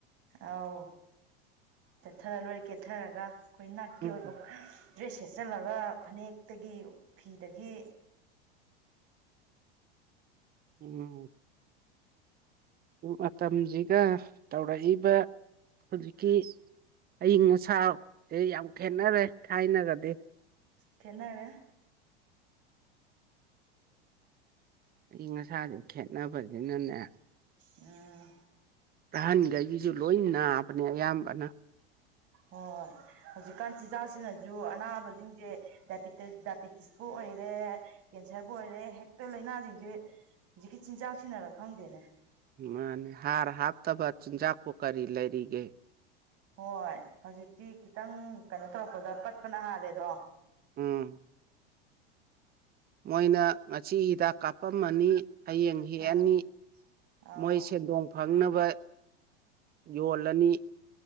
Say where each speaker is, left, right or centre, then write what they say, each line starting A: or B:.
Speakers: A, on the right; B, on the right.
A: ꯑꯥꯎ ꯀꯠꯊꯔ ꯂꯣꯏꯔꯦ ꯀꯦꯠꯊꯔꯒ ꯑꯩꯈꯣꯏ ꯅꯥꯠꯀꯤ
B: ꯎꯝ
A: ꯑꯣꯏꯕ ꯗ꯭ꯔꯦꯁ ꯁꯦꯠꯆꯜꯂꯒ ꯐꯅꯦꯛꯇꯒꯤ ꯐꯤꯗꯒꯤ
B: ꯎꯝ ꯃꯇꯝꯁꯤꯒ ꯇꯧꯔꯛꯏꯕ ꯍꯧꯖꯤꯛꯀꯤ ꯑꯏꯤꯡ ꯑꯁꯥꯁꯤꯦ ꯌꯥꯝ ꯈꯦꯠꯅꯔꯦ ꯊꯥꯏꯅꯒꯗꯤ
A: ꯊꯅꯔꯦ
B: ꯑꯏꯪ ꯑꯁꯥꯁꯦ ꯈꯦꯠꯅꯕꯁꯤꯅꯅꯦ
A: ꯎꯝ
B: ꯑꯍꯟꯈꯩꯒꯤꯁꯨ ꯂꯣꯏ ꯅꯥꯕꯅꯦ ꯑꯌꯥꯝꯕꯅ
A: ꯍꯣꯏ ꯍꯧꯖꯤꯛꯀꯥꯟ ꯆꯤꯟꯖꯥꯛꯁꯤꯅꯁꯨ ꯑꯅꯥꯕꯁꯤꯡꯁꯦ ꯗꯥꯏꯕꯤꯇꯤꯁꯄꯨ ꯑꯣꯏꯔꯦ ꯀꯦꯟꯁꯔꯕꯨ ꯑꯣꯏꯔꯦ ꯍꯦꯛꯇ ꯂꯥꯏꯅꯥꯁꯤꯡꯁꯦ ꯍꯧꯖꯤꯛꯀꯤ ꯆꯤꯟꯖꯥꯛ ꯁꯤꯟꯅꯔ ꯈꯪꯗꯦꯅꯦ
B: ꯃꯥꯅꯦ ꯍꯥꯔ ꯍꯥꯞꯇꯕ ꯆꯤꯟꯖꯥꯛꯄꯨ ꯀꯔꯤ ꯂꯩꯔꯤꯒꯦ
A: ꯍꯣꯏ ꯍꯧꯖꯤꯛꯇꯤ ꯈꯤꯇꯪ ꯀꯩꯅꯣ ꯇꯧꯔꯛꯄꯗ ꯄꯠꯄꯅ ꯍꯥꯜꯂꯦꯗꯣ
B: ꯎꯝ ꯃꯣꯏꯅ ꯉꯥꯁꯤ ꯍꯤꯗꯥꯛ ꯀꯥꯞꯄꯝꯃꯅꯤ ꯍꯌꯦꯡ ꯍꯦꯛꯑꯅꯤ
A: ꯑꯥ ꯑꯥꯎ
B: ꯃꯣꯏ ꯁꯦꯟꯗꯣꯡ ꯐꯪꯅꯕ ꯌꯣꯜꯂꯅꯤ